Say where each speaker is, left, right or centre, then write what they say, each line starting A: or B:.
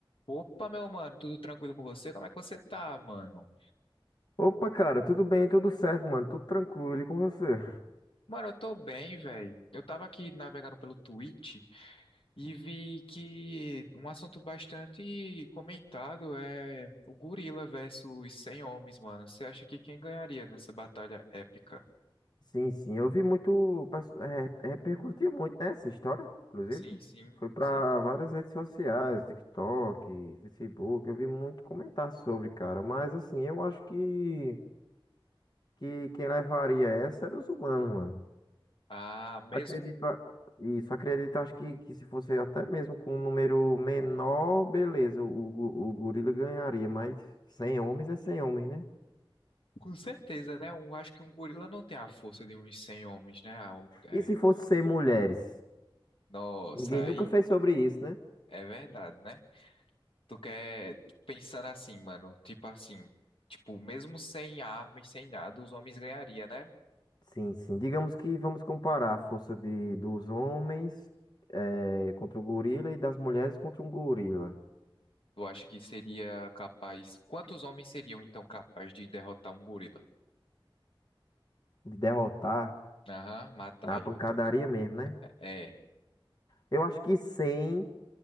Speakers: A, on the left; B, on the left.
A: Opa, meu mano, tudo tranquilo com você? Como é que você tá, mano?
B: Opa, cara, tudo bem, tudo certo, mano, tudo tranquilo e com você?
A: Mano, eu tô bem, velho. Eu tava aqui navegando pelo Twitch e vi que um assunto bastante comentado é o gorila versus 100 homens, mano. Você acha que quem ganharia nessa batalha épica?
B: Sim, sim, eu vi muito, pass- é, repercutiu muito, né, essa história, inclusive.
A: Sim, sim,
B: Foi
A: com
B: pra
A: certeza.
B: várias redes sociais, TikTok, Facebook, eu vi muito comentar sobre, cara, mas assim, eu acho que, que quem levaria essa era os humanos, mano.
A: Ah, mesmo
B: Acredito, a- isso, acredito, acho que, que se fosse até mesmo com um número menor, beleza, o, o, gu- o gorila ganharia, mas 100 homens é 100 homens, né?
A: com certeza, né? Eu acho que um gorila não tem a força de uns 100 homens, né? Ah, o- é,
B: E se fosse 100 mulheres?
A: Nossa,
B: Ninguém nunca
A: aí
B: fez sobre isso, né?
A: é verdade, né? Tu quer pensando assim, mano, tipo assim, tipo, mesmo sem arma e sem nada, os homens ganhariam, né?
B: Sim, sim. Digamos que vamos comparar a força de, dos homens eh, contra o gorila e das mulheres contra um gorila.
A: Tu acha que seria capaz? Quantos homens seriam então capazes de derrotar um gorila?
B: De derrotar
A: Aham, matar
B: na pancadaria
A: ele, então.
B: mesmo, né?
A: É.
B: Eu acho que 100